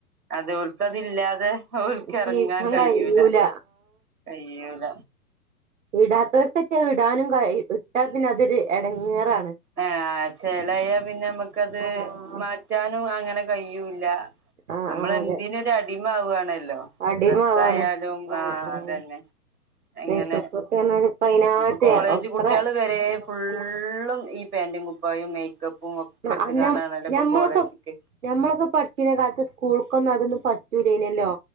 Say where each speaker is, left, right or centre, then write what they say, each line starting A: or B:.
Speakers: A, on the right (about 70°); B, on the right (about 55°).
A: അത്വർക്ക് അതില്ലാതെ ഓർക്ക്
B: ജീവിക്കാൻ
A: എറങ്ങാ കയ്യൂല
B: കഴിയൂല
A: കയ് യുല
B: ഇടാതോര്ക്കൊക്കെ ഇടാനും കയ്‌ ഇട്ടാ പിന്നെ അതൊരു എടങ്ങേറാ
A: ആഹ് ഹ് ചെലയ പിന്നെ മ്മക്കത്
B: ആഹ്
A: മാറ്റാനും അങ്ങനെ കയൂല്ല
B: ആഹ്
A: നമ്മളെന്തിനൊരു
B: ആഹ് അതെ
A: അടിമാവാണ് ല്ലോ
B: അടിമാവാണ്
A: ഡ്രസ യാലും
B: ആഹ്
A: ആ
B: ആഹ്
A: അതന്നെ എങ്ങനെ.?
B: മേക്കപ്പൊക്കെർഞ്ഞാല് ഇപ്പയ്നായിട്ട്
A: അപ്പൊ കോളേജ്
B: എത്ര
A: കുട്ട്യേള് വരെ
B: മോഡലാണ്
A: ഫുള്ളും ഈ പാന്റും കുപ്പായും മേക്കപ്പും ഒക്കെ ട്ട്
B: അത്
A: കാണാണല്ലോ
B: ഞ ഞമ്മളൊക്കെ
A: പ്പൊ കോളേജ്ക്ക്‌.
B: ഞമ്മളൊക്കെ പഠിച്ചിന കാലത്ത് സ്കൂൾക്കൊന്നും അതൊന്നും പറ്റൂലേനെല്ലോ..